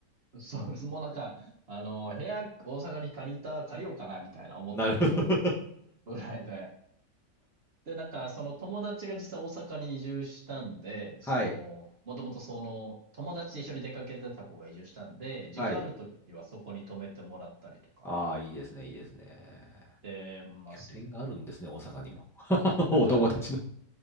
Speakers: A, on the right; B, in the centre.
A: そうです。もうなんか、あの、部屋、大阪に借りた、借りようかな、みたいな思ってる
B: <laughs> なるほど。
A: ぐらいで。で、なんか、その友達が実際大阪に移住したんで、
B: はい。
A: その、もともとその、友達と一緒に出かけてた子が移住したんで、時間あるときはそこに泊めてもらったりとか、
B: はい。ああ、いいですね、いいですね。
A: してますね。
B: 拠点があるんですね、大阪にも。<laughs> あのお友達の
A: なんか、